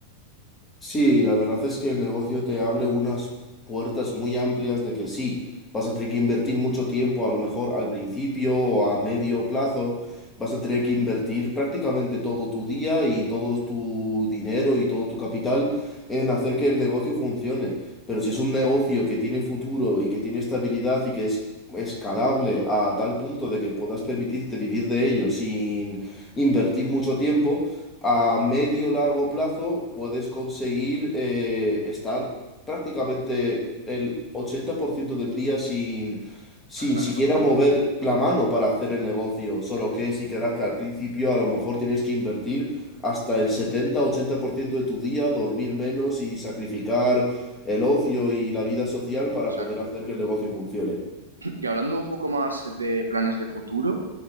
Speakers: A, on the left; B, on the right.
A: Sí, la verdad es que el negocio te abre unas puertas muy amplias de que sí, vas a tener que invertir mucho tiempo, a lo mejor al principio o a medio plazo, vas a tener que invertir prácticamente todo tu día y todo tu dinero y todo tu capital en hacer que el negocio funcione. Pero si es un negocio que tiene futuro y que tiene estabilidad y que es escalable a tal punto de que puedas permitirte vivir de ello sin invertir mucho tiempo, a medio largo plazo puedes conseguir eh, estar prácticamente el 80% del día sin, sin
B: Exacto,
A: siquiera mover la mano para hacer el negocio. Solo que si querrás que al principio a lo mejor tienes que invertir hasta el 70-80% de tu día, dormir menos y sacrificar el ocio y la vida social para
B: exacto.
A: poder hacer que el negocio funcione.
B: Y hablando un poco más de planes de futuro,